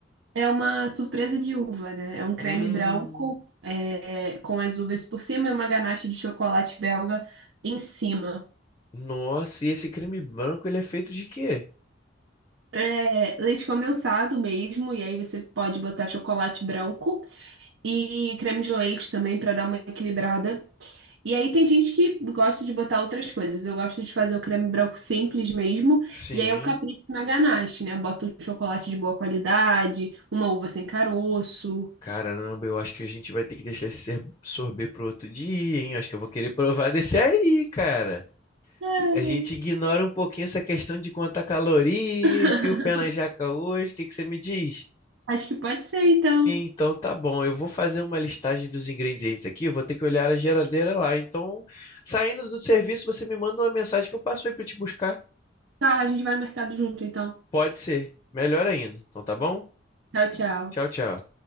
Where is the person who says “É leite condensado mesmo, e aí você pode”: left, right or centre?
Right